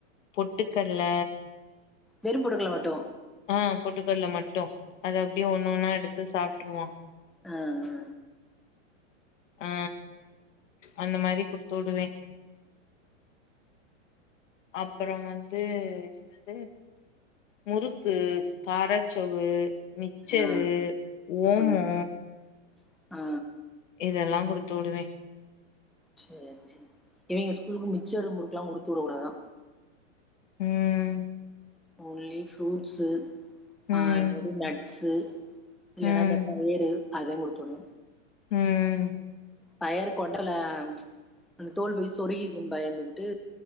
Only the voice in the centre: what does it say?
வெறுபுடுக்கல மட்டு
ஆ ஆ
ஆ
ஆ ஆ ஆ
சேரி சேரி இவங்க ஸ்கூலுக்கு மிச்சரும் முறுக்கல்லா குடுத்துவுடக்க கூடாதா
ஒன்லி ஃப்ரூட்ஸ்சு
ஆல்ரெடி நட்ஸு இல்லேன்னா
அந்த பயரு அதாங் குடுக்கனு
பயர் கொண்டல அந்த தோல் போய் சொருகிக்குன்னு பயந்துகிட்டு